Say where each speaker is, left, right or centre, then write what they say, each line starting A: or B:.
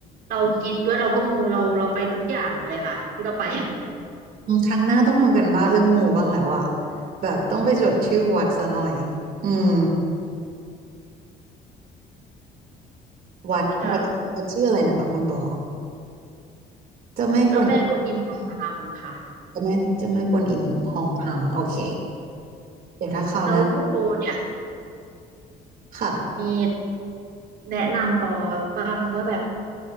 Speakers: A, on the right; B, on the right.
A: เรากินด้วยเราก็มูเราเราไปทุกอย่างเลยค่ะที่เราไป
B: อืมครั้งหน้าต้องทำกันบ้านเรื่องหมู่บ้างแล้วอะแบบต้องไปจดชื่อวัดซะหน่อยอืม
A: <laughs>
B: วัดวัดวัดชื่ออะไรนะคะคุณปอ
A: ค่ะ
B: เจ้าแม่กวน
A: เจ้าแม่กวนอิมทองคำค่ะ
B: เจ้าแม่เจ้าแม่กวนอิมหองฮัมโอเคเดี๋ยวถ้าคราวหน้า
A: แล้วคุณโบเนี่ย
B: ค่ะ
A: มีแนะนำปอบ้างว่าแบบ